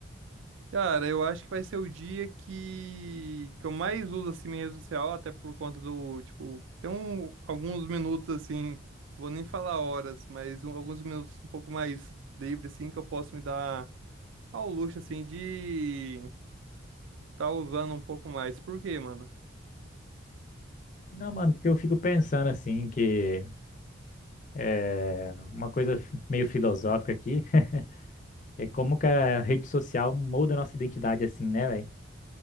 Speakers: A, on the right (about 70°); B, on the left (about 40°).
A: Cara, eu acho que vai ser o dia que, que eu mais uso assim minha rede social, até por conta do, tipo, tem um, alguns minutos assim, vou nem falar horas, mas um- alguns minutos um pouco mais livre assim que eu posso me dar ao luxo assim de tá usando um pouco mais. Por quê, mano?
B: Não, mano, porque eu fico pensando assim que é uma coisa meio filosófica aqui. <laughs> É como que a rede social molda a nossa identidade assim, né, velho?